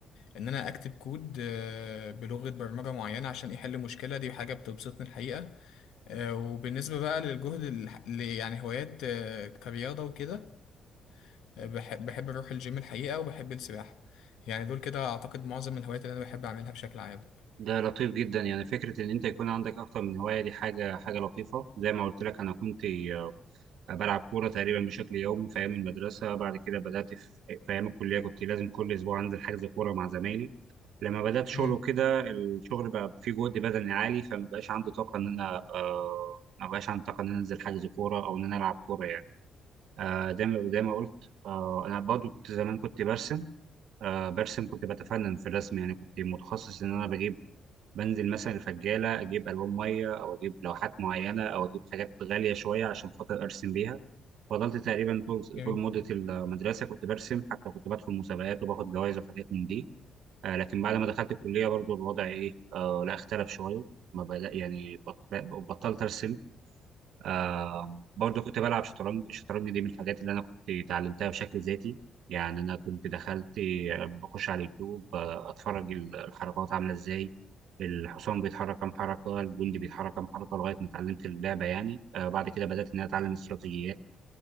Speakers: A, on the left; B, on the right.
A: إن أنا أكتب كود آه، بلغة برمجة معينة عشان يحل مشكلة دي حاجة بتبسطني الحقيقة آه، وبالنسبة بقى للجهد الح- ل- يعني هوايات آه، كرياضة وكده آه، بحب بحب أروح الجيم الحقيقة وبحب السباحة يعني دول كده أعتقد معظم الهوايات اللي أنا بحب أعملها بشكل عام
B: ده لطيف جدا يعني فكرة إن أنت يكون عندك أكتر من هواية دي حاجة حاجة لطيفة زي ما قلت لك أنا كنت آه، بلعب كورة تقريبا بشكل يومي في أيام المدرسة بعد كده بدأت في, في أيام الكلية كنت لازم كل أسبوع أنزل حجز كورة مع زمايلي لما بدأت شغل
A: مم.
B: وكده الشغل بقى فيه جهد بدني عالي فمبقاش عندي طاقة إن أنا آه مبقاش عندي طاقة إن أنا أنزل حجز كورة أو إن أنا ألعب كورة يعني. آه، زي ما زي ما قلت آه، انا برضو كنت زمان كنت برسم آه، برسم كنت بتفنن في الرسم يعني كنت متخصص ان انا بجيب بنزل مثلا الفجاله اجيب الوان ميه او اجيب لوحات معينه او اجيب حاجات غاليه شويه عشان خاطر ارسم بيها فضلت تقريبا طول
A: جميل
B: طول مده المدرسه كنت برسم حتى كنت بدخل مسابقات وباخد جوائز وحاجات من دي آه، لكن بعد ما دخلت الكليه برضو الوضع ايه آه، لا اختلف شويه ما بدأ يعني بط- بطلت ارسم آه برضو كنت بلعب شطرنج الشطرنج دي من الحاجات اللي انا كنت اتعلمتها بشكل ذاتي يعني انا كنت دخلت آه، بخش على اليوتيوب آه، اتفرج ال- الحركات عامله ازاي الحصان بيتحرك كام حركه الجندي بيتحرك كام حركه لغايه ما اتعلمت اللعبه يعني آه بعد كده بدات ان انا اتعلم استراتيجيات